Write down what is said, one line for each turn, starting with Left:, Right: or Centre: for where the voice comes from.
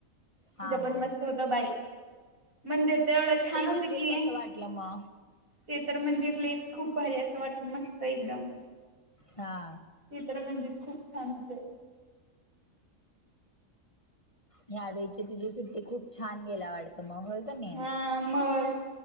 Left: हा
Right: तिथं
Left: हा
Right: पण मस्त होत बाय मंदिर. तर एवढं छान
Left: ते
Right: होतं
Left: मंदिर
Right: की
Left: कसं वाटलं म.
Right: ते तर मंदिर लईच खूप भारी असं वाटलं मस्त एकदम.
Left: हा.
Right: चित्र मंदिर खूप छान होत.
Left: ह्यावेेळची तुझी सुट्टी खूप छान गेल्या वाटत मग होय का नाही?
Right: हा मग.